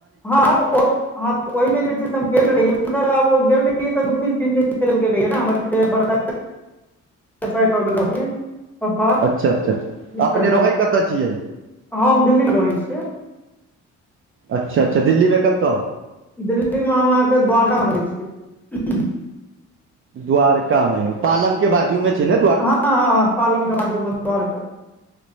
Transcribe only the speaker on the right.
अच्छा अच्छा
अपने
रहै कतय छियै
अच्छा अच्छा दिल्ले में कतऽ
द्वारका में पालम केँ बाजू मे छै ने